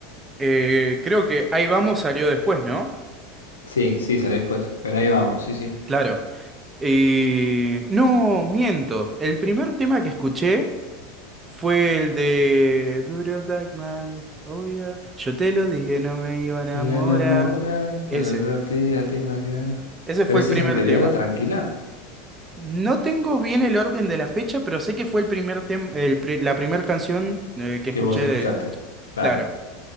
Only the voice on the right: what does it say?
Eh, creo que Ahí vamos salió después, ¿no?
Claro. Y no, miento. El primer tema que escuché fue el de Duro Dagman. Oh yeah. Yo te lo dije, no me iba a enamorar.
Ese.
Ese
fue
el primer
tema.
No tengo bien el orden de la fecha, pero sé que fue el primer tem- el pri- la primera canción eh, que
escuché
de
él.
Claro.